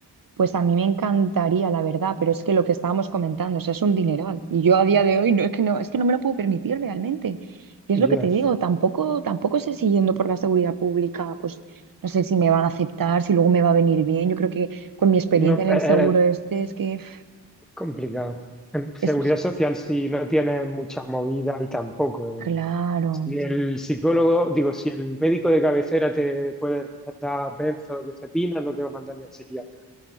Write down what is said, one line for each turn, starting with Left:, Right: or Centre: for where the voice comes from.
Right: Pues a mí me encantaría, la verdad, pero es que lo que estábamos comentando, o sea, es un dineral. Y yo a día de hoy no es que no, es que no me lo puedo permitir realmente. Y es
Centre: ya,
Right: lo que te digo, tampoco, tampoco sé si yendo por la seguridad pública, pues no sé si me van a aceptar, si luego me va a venir bien. Yo creo que con mi experiencia
Centre: No,
Right: en
Centre: e,
Right: el seguro
Centre: era
Right: este es que uf,
Centre: complicado. En seguridad
Right: es
Centre: social, si no tienes muchas movidas y tampoco.
Right: claro.
Centre: Si el psicólogo, digo, si el médico de cabecera te puede recetar benzodiazepinas, no te va a mandar ni al psiquiatra.